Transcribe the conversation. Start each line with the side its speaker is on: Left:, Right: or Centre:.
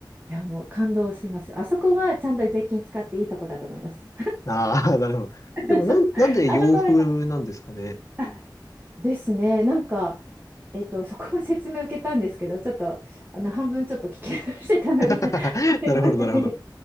Right: いやもう感動しますあそこはちゃんと税金使っていいとこだと思います
Left: ああ、<laughs> なるほど。
Right: <laughs>
Left: でもなん、
Right: そうあそこはね
Left: なんで洋風なんですかね。
Right: あですねなんかえっとそこも説明受けたんですけどちょっとあの半分ちょっと聞き流してたので
Left: <laughs>
Right: <laughs>
Left: なるほど、
Right: あんまり覚えてないで
Left: なるほど。